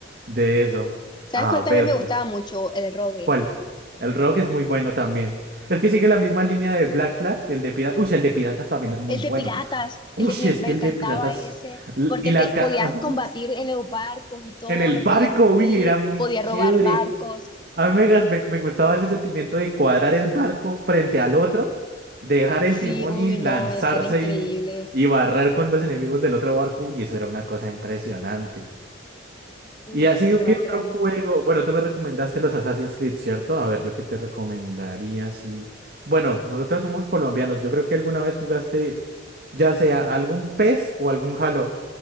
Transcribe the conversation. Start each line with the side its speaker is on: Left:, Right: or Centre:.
Right: de eso.
Left: ¿Sabes
Right: A
Left: cuál
Right: ver,
Left: también me
Right: bu-
Left: gustaba mucho? El rogue.
Right: ¿cuál? El Rock es muy bueno también. Es que sigue la misma línea del Black Flag, el de Piratas, uy, el de Piratas también es muy
Left: El
Right: bueno.
Left: de piratas.
Right: Uy,
Left: El de- me,
Right: es
Left: me
Right: que el
Left: encantaba
Right: de Piratas
Left: ese
Right: l-
Left: porque
Right: y las...
Left: te
Right: ca-
Left: podías
Right: <laughs>
Left: combatir en los barcos y todo,
Right: En el
Left: lo
Right: barco,
Left: podías hundir,
Right: uy, era muy
Left: podías
Right: chévere.
Left: robar barcos.
Right: A mí me, gas- me, me gustaba ese sentimiento de cuadrar el barco frente al otro, dejar el
Left: Sí,
Right: timón
Left: uy,
Right: y
Left: no,
Right: lanzarse
Left: ese era increíble.
Right: y, y barrer con los enemigos del otro barco. Y eso era una cosa impresionante. Y
Left: Uf,
Right: así,
Left: se va
Right: ¿qué
Left: atacando.
Right: otro juego? Bueno, tú me recomendaste los Assassin's Creed, ¿cierto? A ver, yo qué te recomendaría si... Bueno, nosotros somos colombianos. Yo creo que alguna vez jugaste, ya sea algún PES o algún Halo.